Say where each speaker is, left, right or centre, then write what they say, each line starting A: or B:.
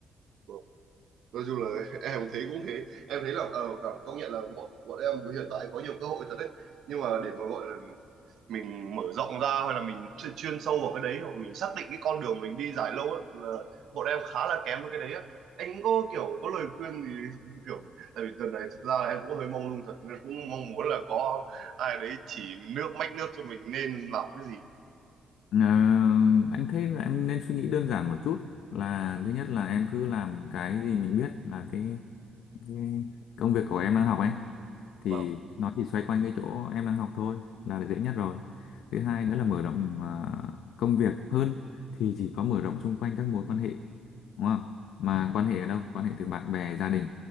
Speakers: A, on the right (about 70°); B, on the left (about 80°).
A: Vâng. nói chung là <laughs> em thấy cũng thế em thấy là ờ cảm- công nhận là bọn bọn em hiện tại có nhiều cơ hội thật đấy nhưng mà để mà gọi là mình mở rộng ra hay là mình chuyên, chuyên sâu vào cái đấy hoặc mình xác định cái con đường mình đi dài lâu á, là bọn em khá là kém với cái đấy á anh có kiểu có lời khuyên thì <laughs> kiểu tại vì tuần này thực ra là em cũng hơi mông lung thật nên cũng mong muốn là có ai đấy chỉ nước mách nước cho mình nên làm cái gì
B: Ờ, anh thấy là em nên suy nghĩ đơn giản một chút là thứ nhất là em cứ làm cái gì mình biết là cái, cái công việc của em đang học ấy thì
A: vâng
B: nó chỉ xoay quanh cái chỗ em đang học thôi là, dễ nhất rồi thứ hai nữa là mở rộng à, công việc hơn thì chỉ có mở rộng xung quanh các mối quan hệ đúng không mà quan hệ ở đâu quan hệ từ bạn bè gia đình